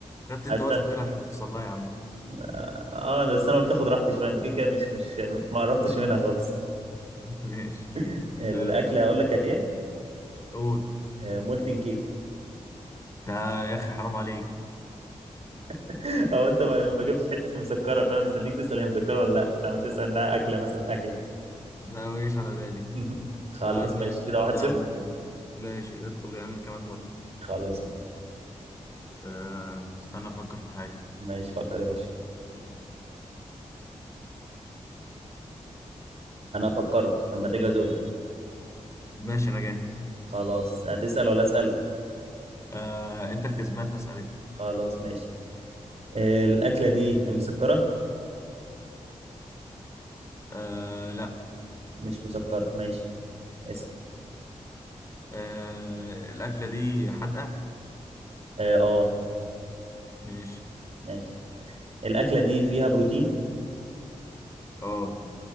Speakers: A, on the left; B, on the right.
A: خدت انت
B: أست...
A: وقت طويل عشان توصل لها يا عم
B: اه انا بس انا قلت اخد راحتي شويه انت كده كده مش مش ما قربتش منها خالص
A: <laughs> ماشي
B: <laughs>
A: آه،
B: الاكله هقول لك كانت ايه
A: قول
B: آه، مولتن كيك
A: ده يا اخي حرام عليك
B: <laughs> او انت ما ما جبتش حته مسكره فانا مستنيك تسال هي مسكره ولا لا طب انت عم تسال انها اكله مثلا اكله
A: لا ما جاش على بالي
B: <laughs> خلاص
A: طيب ماشي
B: ماشي كده
A: ندخل
B: واحد
A: يا
B: صفر
A: عم ماشي ندخل يا عم كمان مرة
B: خلاص ماشي
A: آه، استنى افكر في حاجة
B: ماشي فكر يا باشا انا فكرت لما تيجي ازول
A: ماشي انا جاهز
B: خلاص هتسال ولا اسال
A: آه، انت الكسبان فاسأل انت
B: خلاص ماشي آه، الاكله دي مسكره
A: آه، لا
B: مش مسكره ماشي اسال.
A: آه، الاكلة دي حادقة
B: اه آه،
A: ماشي
B: ماشي الأكلة دي فيها بروتين
A: اه